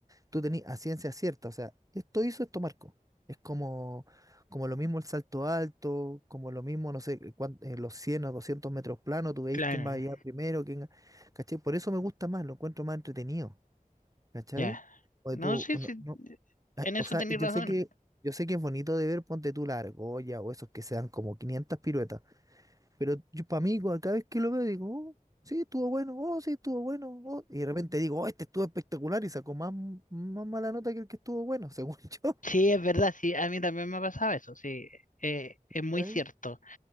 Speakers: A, on the right (about 25°); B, on the left (about 60°).
A: tú tenés a ciencia cierta, o sea, esto hizo, esto marcó. Es como, como lo mismo el salto alto, como lo mismo, no sé, eh, cuán- eh, los 100 o 200 metros planos, tú veis
B: Claro,
A: quién va a llegar primero, quién, ¿cachai? Por eso me gusta más, lo encuentro más entretenido, ¿cachai?
B: ya.
A: O
B: No
A: tú,
B: sé
A: no,
B: si
A: no- Ay,
B: en eso
A: O sea,
B: tenéis
A: yo
B: razón.
A: sé que, yo sé que es bonito de ver, ponte tú la argolla o esos que se dan como 500 piruetas. Pero yo para mí, cada vez que lo veo, digo, oh, sí, estuvo bueno, oh, sí, estuvo bueno, oh. Y de repente digo, oh, este estuvo espectacular y sacó más, más mala nota que el que estuvo bueno, <laughs> según yo.
B: Sí, es verdad, sí, a mí también me ha pasado eso, sí, eh, es
A: ¿cachai?
B: muy cierto.